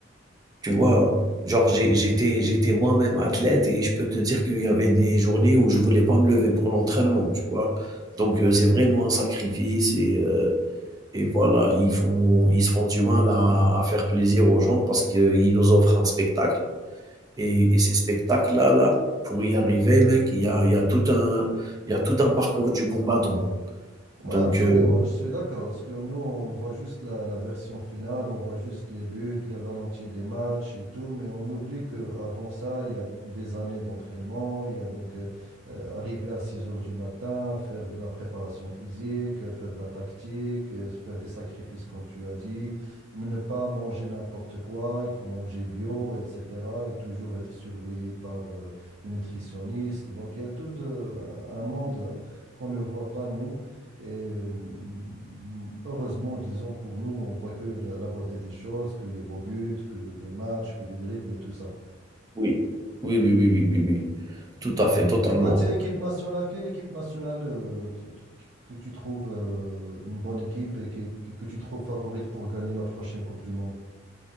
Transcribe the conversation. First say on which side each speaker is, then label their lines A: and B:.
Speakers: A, on the right; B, on the right.
A: tu vois, genre j'ai- j'étais, j'étais moi-même athlète et je peux te dire qu'il y avait des journées où je voulais pas me lever pour l'entraînement, tu vois. Donc euh, c'est vraiment un sacrifice et euh, Et voilà, ils font, ils se font du mal à, à faire plaisir aux gens parce qu'ils nous offrent un spectacle. Et, et ces spectacles-là, là, pour y arriver, mec, il y a, il y a tout un, il y a tout un parcours du combattant.
B: Oui,
A: Donc,
B: absolument,
A: euh,
B: je suis d'accord. Parce que nous, on voit juste la, la version finale, on voit juste les buts, les ralentis des matchs et tout, mais on oublie qu'avant ça, il y a des années d'entraînement, il y a donc euh, euh, arriver à 6 heures du matin, faire de la préparation physique, euh, faire de la tactique, euh, faire des sacrifices, comme tu as dit, mais ne pas manger n'importe quoi, il faut manger bio, etc. et toujours être surveillé par euh, le nutritionniste. Donc, il y a tout euh, un monde qu'on ne voit pas, nous. Et mm, heureusement, disons, pour nous, on voit que la, la beauté des choses, que les beaux buts, que les matchs, que les dribbles et tout ça.
A: oui, oui, oui, oui, oui, oui, oui. Tout à fait, totalement.
B: Et côté équipe nationale, quelle équipe nationale euh, t- t- que tu trouves euh, une bonne équipe et qui- qui- que, tu trouves favorite pour gagner la prochaine Coupe du Monde?